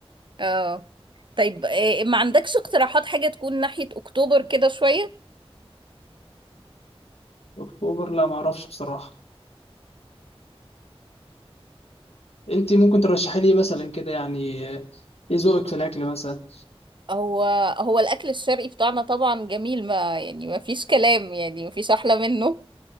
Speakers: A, on the right; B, on the left.
A: اه طيب آه، ما عندكش اقتراحات حاجة تكون ناحية اكتوبر كده شوية
B: أكتوبر لا معرفش بصراحة أنت ممكن ترشحي لي مثلا كده يعني آه، إيه ذوقك في الأكل مثلا
A: هو هو الاكل الشرقي بتاعنا طبعا جميل ما يعني ما فيش كلام يعني ما فيش احلى منه